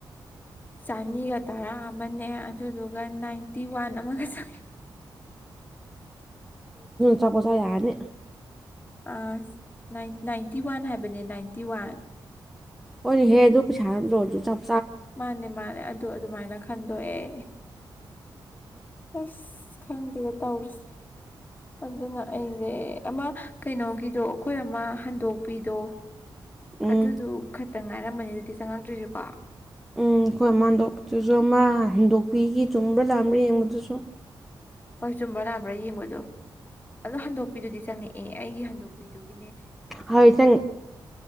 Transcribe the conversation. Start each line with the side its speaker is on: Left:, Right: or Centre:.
Left: ꯆꯅꯤꯒ ꯇꯥꯔ ꯃꯅꯦ ꯑꯗꯨꯗꯨꯒ ꯅꯥꯏꯟꯇꯤ ꯋꯥꯟ ꯑꯃꯒ ꯆꯪꯉꯦ
Centre: ꯆꯄꯁ ꯌꯥꯅꯤ
Left: ꯑ ꯅꯥꯏꯟꯇꯤ ꯋꯥꯟ ꯍꯥꯏꯕꯅꯦ ꯅꯥꯏꯟꯇꯤ ꯋꯥꯟ
Centre: ꯍꯅꯦ ꯍꯦ ꯑꯗꯨ ꯄꯩꯁꯥ ꯅꯠꯇꯧꯣꯁꯨ ꯆꯄ
Left: ꯃꯥꯅꯦ ꯃꯥꯅꯦ ꯑꯗꯨ ꯑꯗꯨꯃꯥꯏꯅ ꯈꯟꯗꯣꯛꯑꯦ ꯑꯁ ꯈꯪꯗꯦ ꯇꯧꯔꯤꯁꯦ ꯑꯗꯨꯅ ꯑꯩꯁꯦ ꯑꯃ ꯀꯩꯅꯣꯒꯤꯗꯣ ꯑꯩꯈꯣꯏ ꯑꯃ ꯍꯟꯗꯣꯛꯄꯤꯗꯣ
Centre: ꯎꯝ
Left: ꯑꯗꯨꯗꯨ ꯈꯛꯇ ꯉꯥꯏꯔꯝꯕꯅꯤ ꯑꯗꯨꯗꯤ ꯆꯪꯉꯛꯇ꯭ꯔꯤꯁꯤꯀꯣ
Centre: ꯑꯩꯈꯣꯏ ꯃ ꯍꯟꯗꯣꯛꯄꯗꯨꯁꯨ ꯑꯃ ꯍꯦꯟꯗꯣꯛꯄꯤꯒꯤ ꯆꯨꯝꯕ꯭ꯔꯥ ꯂꯥꯝꯕ꯭ꯔꯥ ꯌꯦꯡꯕꯗꯨꯁꯨ
Left: ꯍꯣꯏ ꯆꯨꯝꯕ ꯂꯥꯥꯟꯕ꯭ꯔꯥ ꯌꯦꯡꯉꯨꯗꯣ ꯑꯗꯣ ꯍꯟꯗꯣꯛꯄꯤꯗꯨꯗꯤ ꯆꯪꯉꯛꯑꯦ ꯑꯩꯒꯤ ꯍꯟꯗꯣꯛ ꯅꯨꯄꯤꯗꯨꯒꯤꯅꯦ
Centre: ꯍꯣꯏ ꯆꯪ